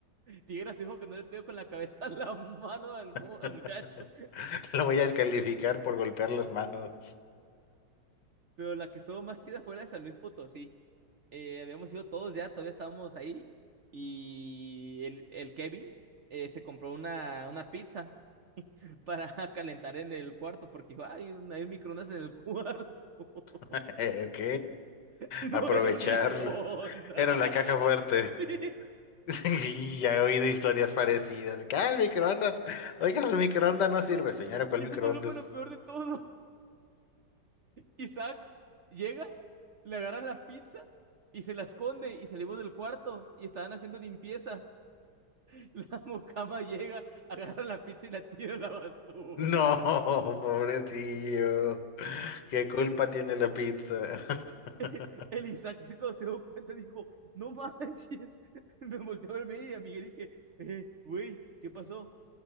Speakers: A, on the right; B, on the left.
A: Piedra se dijo que no le pegó con la cabeza <laughs> a la mano al, mu-
B: <laughs>
A: al muchacho.
B: Lo voy a descalificar por golpear las manos.
A: Pero la que estuvo más chida fue la de San Luis Potosí. Eh, habíamos ido todos ya, todavía estábamos ahí. Y el, el Kevin eh, se compró una, una pizza para <laughs> calentar en el cuarto porque dijo, hay un, hay un microondas en el cuarto. <laughs>
B: <laughs> Ok,
A: No
B: aprovecharlo.
A: era un microondas.
B: Era la caja fuerte.
A: <laughs> Sí,
B: <laughs> Y ya he oído historias parecidas. que, Ah, el microondas. Oiga, su microondas no sirve,
A: no.
B: señora, ¿cuál
A: Y eso
B: microondas?
A: no fue lo peor de todo. Isaac llega, le agarra la pizza y se la esconde y salimos del cuarto y estaban haciendo limpieza. <laughs> La mucama llega, agarra la pizza y la tira a la basura.
B: No, <laughs> pobrecillo. ¿Qué culpa tiene la pizza? <laughs>
A: <laughs> El Isaac se cuando se dio cuenta dijo, no manches. <laughs> Me volteó a verme y a Miguel dije, eh, güey, ¿qué pasó?